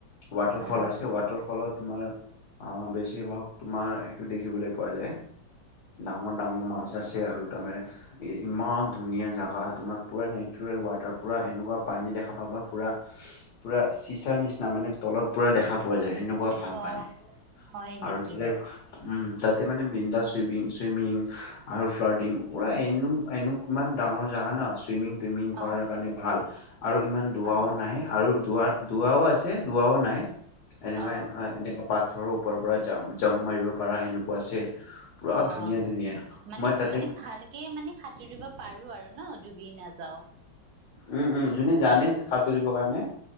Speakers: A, on the left; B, on the right.
A: ৱাটাৰফল
B: অ
A: আছে ৱাটাৰফলত তোমাৰ অ বেছ। বেছিভাগ তোমাৰ সেইটো দেখিবলৈ পোৱা যায় ডাঙৰ ডাঙৰ মাছ আছে আৰু। মে ইমান ধুনীয়া জাগা হ তোমাৰ। পুৰা নেচাৰেল ৱাটাৰ পুৰা এনেকুৱা পানী দেখা পাবা, পুৰা, পুৰা চিচা নিচিনা মানে। তলত পুৰা দেখা পোৱা যায় এনেকুৱা ভাল
B: অ
A: পানী
B: হয় নেকি
A: আৰু তে। তাতে মানে বিন্দাছ চুইমিং চুইমিং আৰু ফ্লাডিং পূৰা এনে এনে ইমান। ডাঙৰ জোগা ন চুইমিং টুইমিং কৰাৰ
B: অ
A: কাৰণে ভাল। আৰু ইমান দুৱাও
B: হয়
A: নাই আৰু দুৱ দুৱাও আছে, দুৱাও নাই। এনেকুৱা
B: অ
A: এনেকুৱা পাথৰৰ ওপৰৰ পৰা জাপ মাৰিব পৰাৰা সেনেকুৱা আছে। পুৰা
B: অ
A: ধুনীয়া ধুনীয়া
B: মানে
A: মই তাতে
B: মানে ভালকে মানে,। সাঁতুৰিব পাৰো আৰু ন ডুবি নাযাও।
A: উম! উম! যোনে জানে সাঁতুৰিবৰ কাৰণে